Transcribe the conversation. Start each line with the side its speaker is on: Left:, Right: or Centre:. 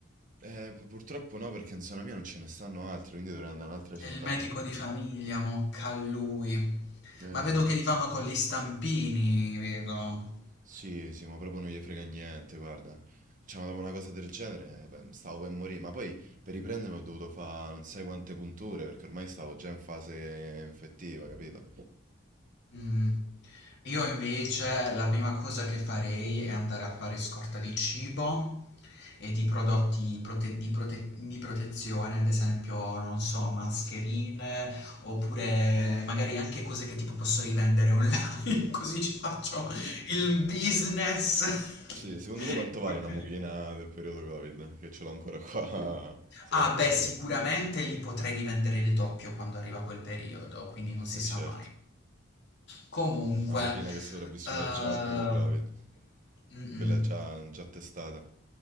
Right: Eh, pu- purtroppo no, perché in zona mia non ce ne stanno altri, quindi dovrei andare in un'altra
Left: È
Right: città.
Left: il medico di famiglia, mocca a lui.
Right: Eh...
Left: Ma vedo che li fanno con gli stampini, vedo.
Right: Sì, sì, ma proprio non gli frega niente, guarda. Cioè, ma dopo una cosa del genere, eh, beh, stavo per morire. Ma poi per riprendermi ho dovuto fare non sai quante punture, perché ormai stavo già in fase infettiva, capito?
Left: Mh. Io invece la prima cosa che farei è andare a fare scorta di cibo e di prodotti prote di prote di protezione, ad esempio, non so, mascherine oppure magari anche cose che tipo posso rivendere online, <laughs> così ci faccio il business.
Right: Sì, secondo te quanto
Left: <laughs>
Right: vale una mucchina del periodo Covid? Che ce l'ho ancora qua <laughs> sulla
Left: Ah
Right: scrivania.
Left: beh, sicuramente lì potrei rivendere il doppio quando arriva quel periodo, quindi non si
Right: Eh
Left: sa
Right: certo,
Left: mai. Comunque,
Right: la mucchina
Left: Beh,
Right: che è sopravvissuta
Left: considera.
Right: già al primo Covid.
Left: ehm, mm,
Right: Quella
Left: mm.
Right: è già, già testata.